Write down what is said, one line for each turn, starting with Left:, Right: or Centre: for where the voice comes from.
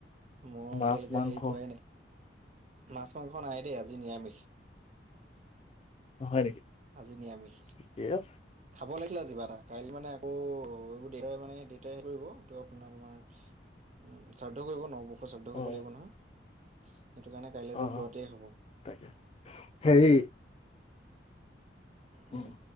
Right: মই
Left: মাছ
Right: এতিালৈকে
Left: মাংস
Right: হেৰি কৰে নাই মাছ মাংস নাই দিয় ই। আজি নিৰামিষ।
Left: অ', হয় নেকি?
Right: আজি নিৰামিষ।
Left: ঠিকে আছে
Right: খাব লাগিছিলে কিবা এটা কাইলৈ মানে আকৌ এইবোৰ দেটাই মানে দেটাই হৰি কৰিব ত আপোনাৰ তোমাৰ উ শ্ৰাদ্ধ কৰিব ন বৰ্ষ শ্ৰাদ্ধ
Left: অ
Right: কৰিব লাগিব নহয়। সেইটো কাৰণে কাইলেতো
Left: অ
Right: দূৰতেই হব
Left: তাকে হেৰি
Right: অ
Left: উম